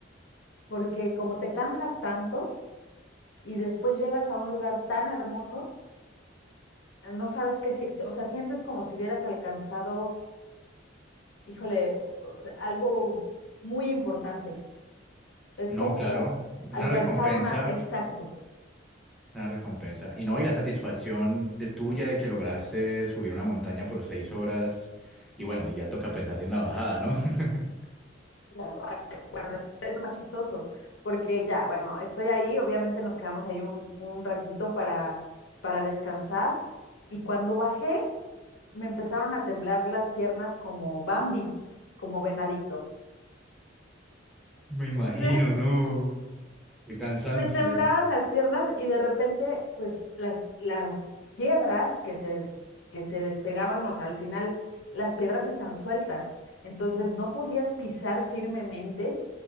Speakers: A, on the left; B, in the centre.
A: porque como te cansas tanto y después llegas a un lugar tan hermoso, eh, no sabes qué, si- o sea, sientes como si hubieras alcanzado, híjole, o- o sea, algo muy importante. Es
B: No,
A: como
B: claro, es
A: alcanzar
B: una recompensa,
A: una, exacto,
B: una recompensa. Y no, y la satisfacción de tuya de que lograste subir una montaña por seis horas. Y bueno, y ya toca pensar en la bajada, ¿no? <laughs>
A: La loaca. Bueno, eso es más chistoso, porque ya, bueno, estoy ahí, obviamente nos quedamos ahí un, un ratito para, para descansar y cuando bajé me empezaron a temblar las piernas como Bambi, como venadito.
B: Me imagino,
A: <laughs> Me,
B: ¿no? Qué cansancio.
A: me temblaban las piernas y de repente, pues las, las piedras que se, que se despegaban, o sea, al final las piedras están sueltas, entonces no podías pisar firmemente